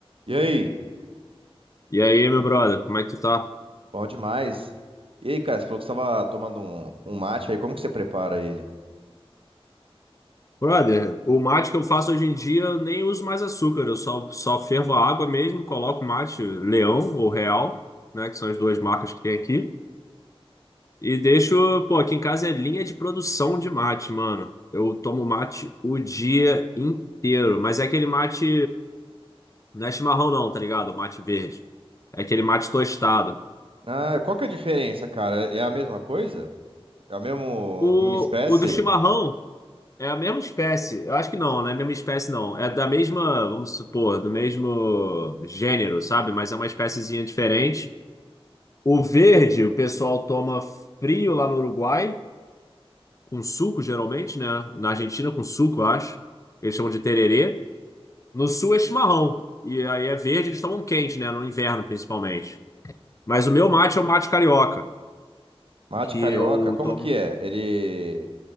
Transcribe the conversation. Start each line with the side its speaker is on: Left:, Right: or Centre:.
Right: E aí?
Left: E aí, meu brother, como é que tu tá?
Right: Bom demais. E aí, cara, você falou que você estava tomando um, um mate aí, como que você prepara ele?
Left: Brother, o mate que eu faço hoje em dia eu nem uso mais açúcar, eu só, só fervo a água mesmo, coloco mate Leão ou Real, né, que são as duas marcas que tem aqui, e deixo, pô, aqui em casa é linha de produção de mate, mano. Eu tomo mate o dia inteiro, mas é aquele mate, não é chimarrão não, tá ligado? O mate verde. É aquele mate tostado.
Right: Ah, qual que é a diferença, cara? É a mesma coisa? É a mesmo,
Left: O,
Right: mesma espécie?
Left: o do chimarrão. É a mesma espécie. Eu acho que não, não é a mesma espécie, não. É da mesma, vamos supor, do mesmo gênero, sabe? Mas é uma espéciezinha diferente. O verde, o pessoal toma frio lá no Uruguai, com suco, geralmente, né? Na Argentina, com suco, eu acho. Eles chamam de tererê. No sul é chimarrão. E aí é verde, eles tomam quente, né? No inverno, principalmente. Mas o meu mate é o mate carioca,
Right: Mate
Left: que
Right: carioca?
Left: eu
Right: Como
Left: tomo.
Right: que é? Ele,